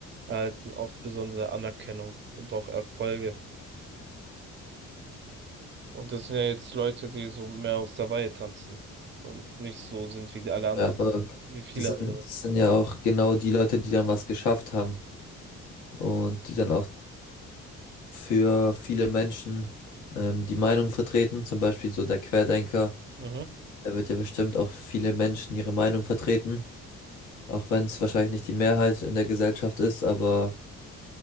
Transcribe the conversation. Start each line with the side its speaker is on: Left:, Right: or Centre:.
Right: erhalten oft besondere Anerkennung und auch Erfolge. Und das sind ja jetzt Leute, die so mehr aus der Reihe tanzen und nicht so sind wie die alle anderen,
Left: Ja, aber
Right: wie viele
Left: das sind,
Right: andere.
Left: das sind ja auch genau die Leute, die dann was geschafft haben und die dann auch für viele Menschen ähm, die Meinung vertreten, zum Beispiel so der Querdenker,
Right: Mhm.
Left: der wird ja bestimmt auch viele Menschen ihre Meinung vertreten. Auch wenn es wahrscheinlich nicht die Mehrheit in der Gesellschaft ist, aber